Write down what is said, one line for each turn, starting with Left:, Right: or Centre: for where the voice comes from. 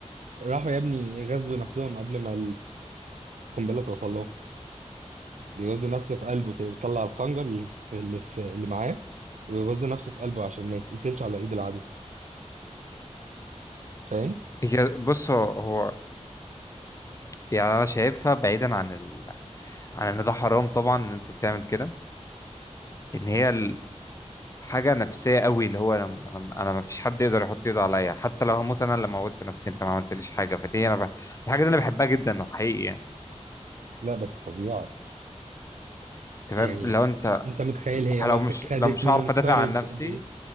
Right: راحوا يا ابني غزوا نفسهم قبل ما القنبله توصل له بيغزوا نفسه في قلبه كده بيطلع الخنجر اللي في اللي, في اللي معاه ويغز نفسه في قلبه عشان ما يتقتلش على ايد العدو فاهم
Left: هي بص هو هو يعني انا شايفها بعيدا عن ال... عن ان ده حرام طبعا ان انت تعمل كده ان هي ال... حاجة نفسية قوي اللي هو انا انا, أنا ما فيش حد يقدر يحط ايده عليا حتى لو هموت انا اللي موتت نفسي انت ما عملتليش حاجة فدي انا ب... الحاجة دي انا بحبها جدا حقيقي يعني
Right: لا بس فظيعه
Left: انت
Right: يعني
Left: فاهم لو انت
Right: آه، انت متخيل هي واخ-
Left: لو مش
Right: خدت
Left: لو مش
Right: منهم
Left: هعرف ادافع
Right: كارج
Left: عن نفسي
Right: قد ايه